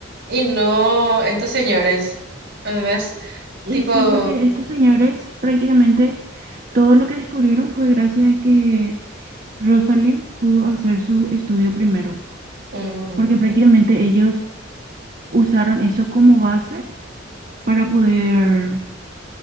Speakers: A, on the right; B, on the right.
A: y no estos señores. Además,
B: y
A: tipo,
B: sí, porque estos señores prácticamente todo lo que descubrieron fue gracias a que... Rosalind pudo hacer su estudio primero,
A: mm,
B: porque prácticamente ellos usaron eso como base para poder,